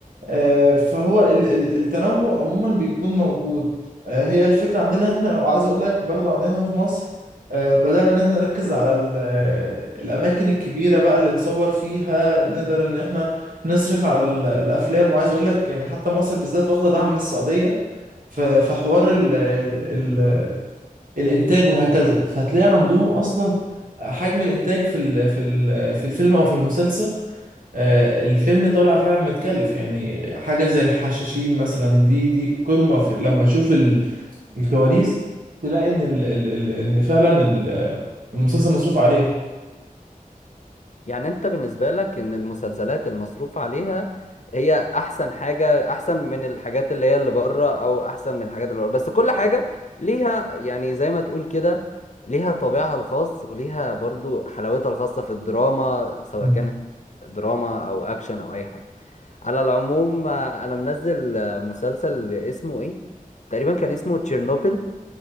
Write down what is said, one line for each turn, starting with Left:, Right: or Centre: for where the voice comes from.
Right: آه، فهو ال- ال- التنوع عموما بيكون موجود آه، هي الفكره عندنا احنا وعايز اقول لك برضو عندنا هنا في مصر آه، بدأنا إن إحنا نركز على ال- آه، الأماكن الكبيرة بقى اللي نصور فيها نقدر إن إحنا نصرف على ال- الأفلام وعايز أقول لك يعني حتى مصر بالذات واخدة دعم من السعودية ف- فحوار ال ال ال الانتاج وهكذا فهتلاقي عندهم اصلا حجم الانتاج في ال في ال في الفيلم او في المسلسل آه، الفيلم طالع فعلا متكلف يعني حاجه زي الحشاشين مثلا دي دي قمه في لما تشوف ال- الكواليس تلاقي ان ال ال ال ان فعلا ال- المسلسل مصروف عليه
Left: يعني انت بالنسبة لك ان المسلسلات المصروف عليها هي احسن حاجة احسن من الحاجات اللي هي اللي بره او احسن من الحاجات اللي بره بس كل حاجة ليها يعني زي ما تقول كده ليها طابعها الخاص وليها برضو حلاوتها الخاصة في الدراما سواء
Right: مم.
Left: كانت دراما او اكشن او اي حاجة على العموم آه، انا منزل آه، مسلسل اسمه ايه تقريبا كان اسمه تشيرنوبل